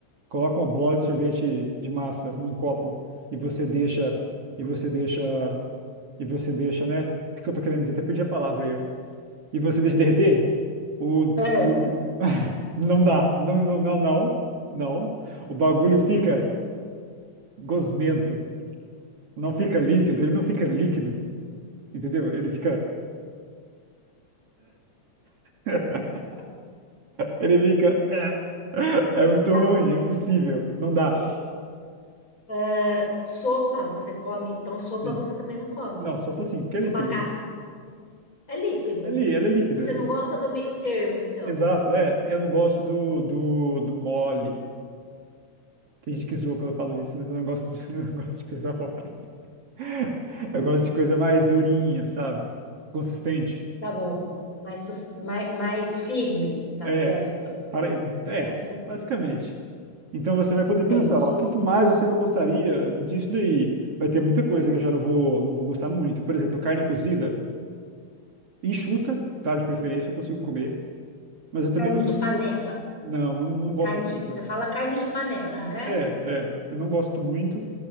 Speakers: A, on the right (about 50°); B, on the left (about 25°).
A: coloca uma bola de sorvete de massa num copo e você deixa, e você deixa, e você deixa, né? O que que eu tô querendo dizer? Até perdi a palavra aí, ó. E você deixa derreter, o,
B: ah,
A: o, o- <laughs> não dá. Não, não, não, não. Não. O bagulho fica gosmento. Não fica líquido, ele não fica líquido. Entendeu? Ele fica. <laughs> Ele fica. <laughs> É muito
B: tá
A: ruim,
B: bom,
A: é impossível. Não
B: ok.
A: dá.
B: Ah, sopa você come, então sopa
A: Sim.
B: você também não come,
A: Não, só tô assim, porque é
B: que
A: líquido,
B: o macarrão
A: né?
B: é líquido.
A: É lí, ela é líquida,
B: Você
A: é líquida.
B: não gosta do meio termo, então.
A: Exato, é. Eu não gosto do, do, do mole. Tem gente que zoa quando eu falo isso, mas eu não gosto de, <laughs> eu não gosto de coisa mole. <laughs> Eu gosto de coisa mais durinha, sabe? Consistente.
B: Tá bom. Mais, sus- mais, mais firme. Tá
A: É,
B: certo.
A: para, é,
B: Tá certo.
A: basicamente. Então você vai poder
B: Entendi.
A: pensar, ó, o que que mais você não gostaria disso daí? Vai ter muita coisa que eu já não vou, não vou gostar muito. Por exemplo, carne cozida, enxuta, tá? De preferência, eu consigo comer. Mas eu também
B: Carne
A: não sou
B: de
A: muito.
B: panela.
A: fã. Não, não, não gosto
B: Carne
A: muito.
B: de, você fala carne de panela, né?
A: É, é. Eu não gosto muito